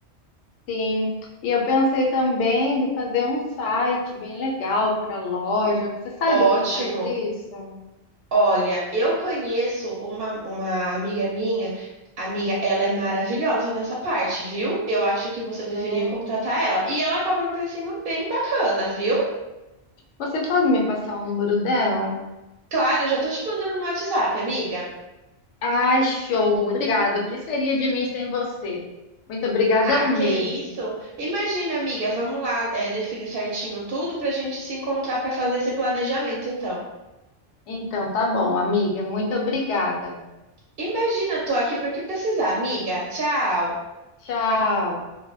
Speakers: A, on the left (about 85°); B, on the right (about 60°).
A: Sim, e eu pensei também de fazer um site bem legal para loja. Você sabe
B: Ótimo.
A: quem faz isso?
B: Olha, eu conheço uma, uma amiga minha. Amiga, ela é maravilhosa nessa parte, viu? Eu acho que você deveria
A: É,
B: contratar ela. E ela cobra um precinho bem bacana, viu?
A: Você pode me passar o número dela?
B: Claro, já tô te mandando no WhatsApp, amiga.
A: Ai, show! Obrigada. O que seria de mim sem você? Muito obrigada
B: Ah,
A: mesmo.
B: que isso? Imagina, amiga, vamos lá, é, definir certinho tudo pra gente se encontrar pra fazer esse planejamento, então.
A: Então, tá bom, amiga. Muito obrigada.
B: Imagina, tô aqui para o que precisar, amiga. Tchau.
A: Tchau.